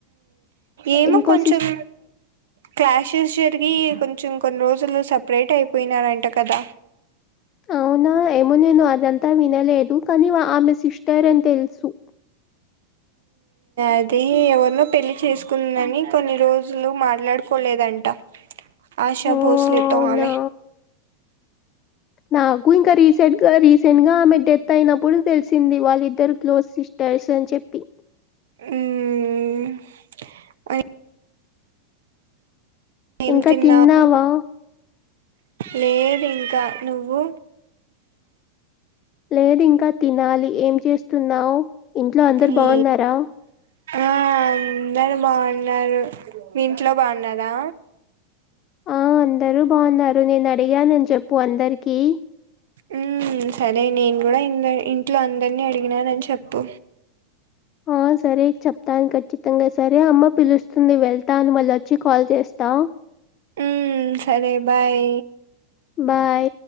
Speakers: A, on the right; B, on the left.
A: ఏమో
B: ఇంకో
A: కొంచెం
B: సిస్
A: క్లాషెస్ జరిగి కొంచెం కొన్ని రోజులు సపరేట్ అయిపోయినారంట కదా
B: అవునా ఏమో నేను ఇదంతా వినలేదు కానీ ఆమె సిస్టర్ అని తెలుసు
A: అది ఎవరినో పెళ్లి చేసుకుందని కొన్ని రోజులు మాట్లాడుకోలేదంట ఆశా
B: ఓ
A: బోస్లే
B: అవునా
A: తో ఆమె
B: నాకు ఇంకా రీసెంట్ గా రీ సెడ్ సెన్గా ఆమె డెత్ అయినప్పుడు తెలిసింది వాళ్ళిద్దరు క్లోజ్ సిస్టర్స్ అని చెప్పి
A: ఉమ్ ఆ ఏం
B: ఇంకా
A: తిన్నావు
B: తిన్నావా
A: లేదు ఇంకా నువ్వు
B: లేదు ఇంకా తినాలి ఏం చేస్తున్నావు ఇంట్లో అందరు
A: ఈ
B: బాగున్నారా
A: ఆ అందరు బాగున్నారు మీ ఇంట్లో బాగున్నరా
B: ఆ అందరు బాగున్నారు నేను అడిగానని చెప్పు అందరికి
A: ఉమ్ సరే నేను కూడా ఇ ఇంట్లో అందరినీ అడిగినానని చెప్పు
B: ఆ సరే చెప్తాను ఖచ్చితంగా సరే అమ్మ పిలుస్తుంది వెళ్తా అని మళ్ళీ వచ్చి కాల్ చేస్తా
A: ఉ సరే బాయ్
B: బాయ్